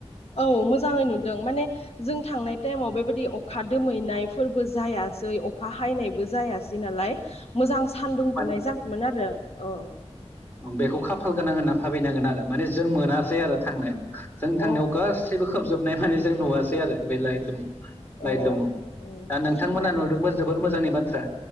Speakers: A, on the left; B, on the left.
A: औ मोजाङै नुदों माने जों थांनाय टाइमाव बेबायदि अखा दोमैनायफोरबो जाया। सै अखा हायनायबो जायासै नालाय मोजां सानदुं
B: माने
A: दुंनाय जानायमोन आरो औ।
B: बेखौ खाफाल गोनां होनना भाबिनांगोन आरो माने जों मोनासै आरो थांनायाव जों थांनायाव
A: अ
B: गासैबो खोबजोबनाय माने जों नुवासै आरो बे लाइट लुम लाइटलुमाव
A: ओमफ्राय
B: दा नोंथांमोना नुदोंबा जोबोर मोजांनि बाथ्रा।